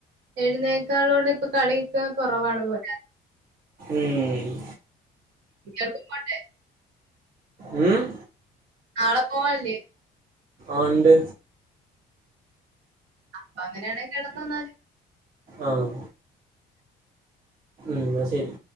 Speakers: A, on the right; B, on the right.
A: എഴുന്നേക്കാളോട് ഇപ്പൊ കളിയൊക്കെ കുറവാണ് പോ
B: ഏഹ്
A: ഇയാൾക്ക് പോണ്ടേ
B: ഉം
A: നാളെ പോവാനല്ലേ
B: ആണ്ട്
A: അപ്പൊ അങ്ങനെയാണെങ്കിൽ കിടന്നോന്നാല്
B: ആഹ് എന്നാ ശരി